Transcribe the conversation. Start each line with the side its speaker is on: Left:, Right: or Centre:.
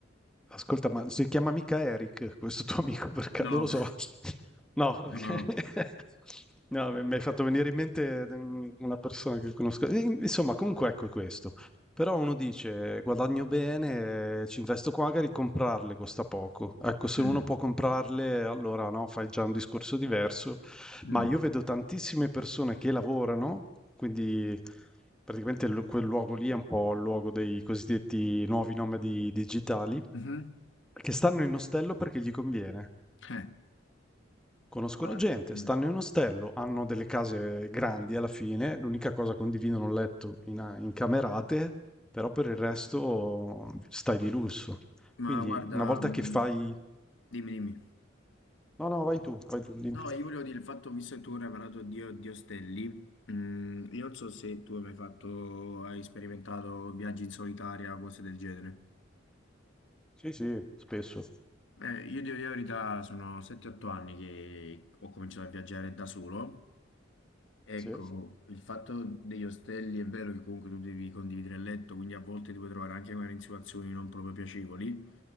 Centre: Ascolta, ma si chiama mica Eric questo tuo amico per caso?
Left: No,
Centre: Lo so. No,
Left: <laughs>
Centre: ok.
Left: no, no.
Centre: <laughs> No, mi mi hai fatto venire in mente mm, una persona che conosco. Eh, Insomma, comunque ecco questo. Però uno dice, guadagno bene, eh, ci investo qua, magari comprarle costa poco. Ecco, se
Left: Mm,
Centre: uno può comprarle, allora no, fai già un discorso diverso.
Left: mm,
Centre: Ma io vedo tantissime persone che lavorano, quindi praticamente lu- quel luogo lì è un po' il luogo dei cosiddetti nuovi nomadi digitali,
Left: mhm.
Centre: che stanno in ostello perché gli conviene.
Left: Eh.
Centre: Conoscono
Left: Ah,
Centre: gente,
Left: mm.
Centre: stanno in ostello, hanno delle case grandi alla fine, l'unica cosa condividono un letto in, in camerate, però per il resto stai di lusso.
Left: Ma
Centre: Quindi
Left: guarda,
Centre: una volta
Left: mh,
Centre: che fai...
Left: dimmi, dimmi.
Centre: No, no, vai tu, vai tu. dimmi.
Left: No, io volevo dire il fatto, visto che tu ora hai parlato di, o- di ostelli, mh, io non so se tu hai mai fatto, hai sperimentato viaggi in solitaria, cose del genere.
Centre: Sì, sì, spesso.
Left: Eh, io devo dire la verità, sono 7-8 anni che ho cominciato a viaggiare da solo Ecco,
Centre: Sì,
Left: il fatto degli ostelli è vero che comunque tu devi condividere il letto, quindi a volte ti puoi trovare anche magari in situazioni non proprio piacevoli,